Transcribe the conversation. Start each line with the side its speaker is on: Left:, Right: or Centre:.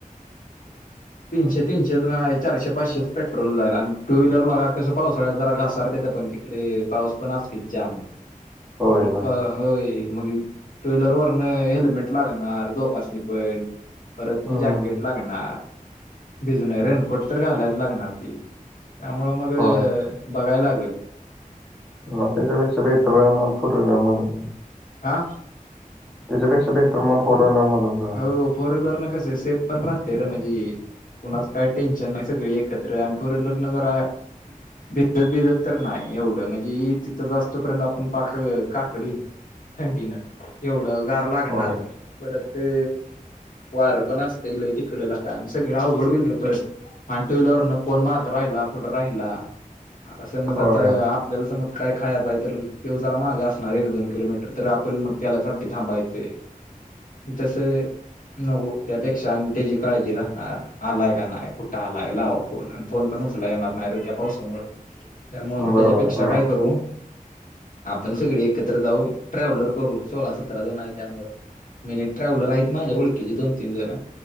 Left: तीनशे तीनशे चारशे पाचशेचं पेट्रोल जाईल आणि टू व्हीलरला कसं पावसाळ्यात जरा घसरत्यात पण तिकडे पाऊस पण जाम त्यामुळे
Centre: होय होय
Left: होय टूव्हिलीवर वरण हेल्मेट लागणार दोगासनी पण परत
Centre: हम्म
Left: ती जॅकेट लागणार, भिज नाही रेनकोट तर घालायच लागणार की त्यामुळं मग
Centre: होय
Left: बघायला लागेल
Centre: मग त्याच्यापेक्षा बेटर, म फोर व्हीलर मध्येच
Left: हा.
Centre: त्याच्यापेक्षा बेटर मग फोर व्हीलर मधून जाऊया
Left: हो फोर व्हीलर न कसं सेप पण राह ते र म्हणजे कुणाचं काय टेन्शन नाही सगळी एकत्र आणि फोर व्हीलर न जरा भिजत भिजत तर नाही एवढं म्हणजे तिथं जासतोपर्यंत आपण पाक काकडीन थंडीनं एवढं गार लागणार,
Centre: होय
Left: परत ते वारं पण असतंय लय तिकडे लगा का आणि सगळं अवघड होईल र परत आणि टूव्हिलवरनं कोण मागं राहिला पुढे राहिला आता समज
Centre: होय
Left: आता आपल्याला समज काय खायालाय तर तो जरा मागं असणार एक दोन किलोमीटर तर आपण मग त्याला थांबायचे तसं नको त्यापेक्षा आणि त्याची काळजी राहणार आलाय का नाही कुठं आलाय लावा फोन फोन पण येणार नाही रं, त्या पावसामुळे त्यामुळे मग त्याच्यापेक्षा
Centre: बरोबर आहे बरोबर
Left: काय करू आपण सगळी एकत्र जाऊ ट्रॅव्हलर करू सोळा सतरा जण आहे त्यामुळं ट्रॅव्हलर आहेत माझ्या ओळखीचे दोन तीन जण